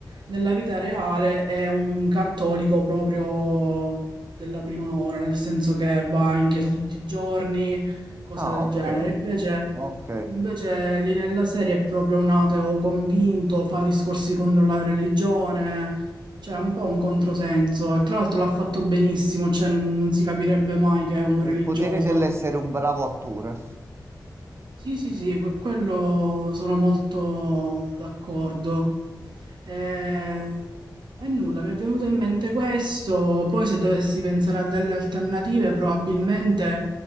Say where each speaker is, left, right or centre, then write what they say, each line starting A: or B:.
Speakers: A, on the right (about 80°); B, on the right (about 35°).
A: nella vita reale è un cattolico proprio della prima ora, nel senso che va in chiesa tutti i giorni, cose
B: Ah,
A: del
B: Non
A: genere.
B: lo ok,
A: Invece,
B: so. ok.
A: invece lì nella serie è proprio un ateo convinto, fa discorsi contro la religione, cioè è un po' un controsenso. E tra l'altro l'ha fatto benissimo, cioè non, non si capirebbe mai che è uno religioso.
B: Il potere dell'essere un bravo attore.
A: Sì, sì, sì, que- quello sono molto d'accordo. E, e nulla, mi è venuto in mente questo. Poi, se dovessi pensare a delle alternative, probabilmente